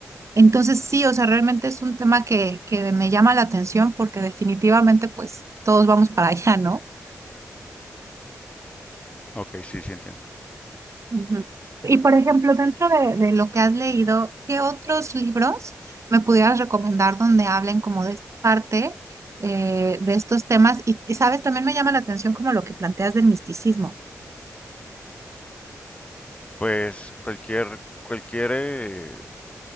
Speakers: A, on the right; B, on the left.
A: Entonces sí, o sea, realmente es un tema que, que me llama la atención porque definitivamente pues todos vamos para allá, ¿no?
B: Ok, sí, sí entiendo.
A: Ujú. Y por ejemplo, dentro de, de lo que has leído, ¿qué otros libros me pudieras recomendar donde hablen como de esta parte, eh, de estos temas? Y, y, sabes, también me llama la atención como lo que planteas del misticismo.
B: Pues cualquier, cualquier, eh,